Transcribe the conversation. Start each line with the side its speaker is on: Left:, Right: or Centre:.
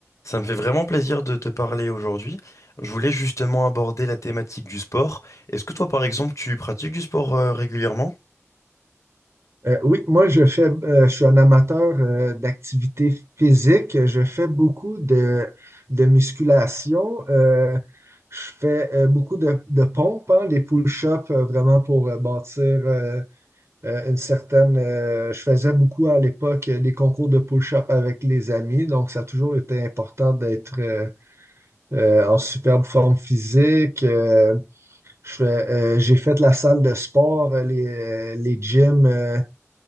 Left: Ça me fait vraiment plaisir de te parler aujourd'hui. Je voulais justement aborder la thématique du sport. Est-ce que toi, par exemple, tu pratiques du sport euh, régulièrement?
Right: Euh, oui, moi je fais, euh, je suis un amateur euh, d'activité physique. Je fais beaucoup de, de musculation. Euh, je fais euh, beaucoup de, de pompes, hein, les pull-ups euh, vraiment pour euh, bâtir euh, euh, une certaine. euh, je faisais beaucoup à l'époque euh, des concours de pull ups avec les amis, donc ça a toujours été important d'être euh, euh, en superbe forme physique. Euh, je fais, euh, j'ai fait la salle de sport, euh, les, euh, les gyms. euh,